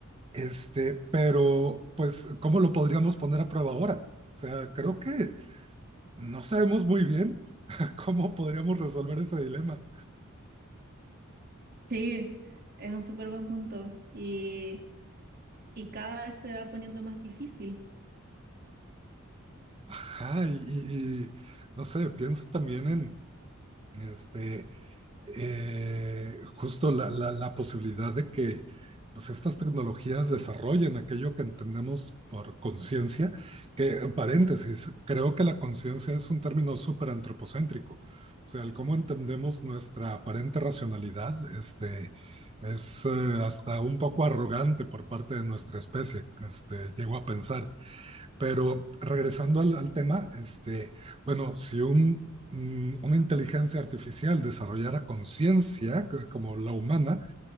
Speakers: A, on the right; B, on the right.
A: este, pero pues, ¿cómo lo podríamos poner a prueba ahora? O sea, creo que no sabemos muy bien ¿Cómo podríamos resolver ese dilema?
B: Sí, es un súper buen punto y, y cada vez se va poniendo más difícil.
A: Ajá, y, y- y, no sé, pienso también en este, eh, justo la, la- la posibilidad de que pues, estas tecnologías desarrollen aquello que entendemos por conciencia, que, en paréntesis, creo que la conciencia es un término súper antropocéntrico. O sea, el cómo entendemos nuestra aparente racionalidad, este, es eh, hasta un poco arrogante por parte de nuestra especie, este, llego a pensar. Pero regresando al, al tema, este, bueno, si un, mm, una inteligencia artificial desarrollara conciencia c- como la humana,